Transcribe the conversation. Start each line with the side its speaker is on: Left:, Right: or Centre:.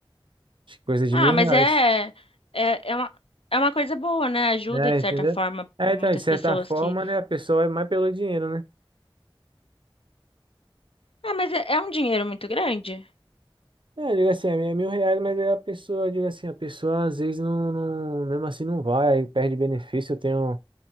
Right: Acho que coisa de
Left: Ah,
Right: mil
Left: mas
Right: reais.
Left: é, é, é uma, é uma coisa boa, né? Ajuda,
Right: É,
Left: de
Right: entendeu?
Left: certa forma,
Right: É,
Left: muitas
Right: então, de certa
Left: pessoas
Right: forma,
Left: que.
Right: né, a pessoa vai mais pelo dinheiro, né?
Left: Ah, mas é é um dinheiro muito grande?
Right: É, eu digo assim, é mil reais, mas aí a pessoa, eu digo assim, a pessoa às vezes não, não- mesmo assim não vai, aí perde benefício. Eu tenho,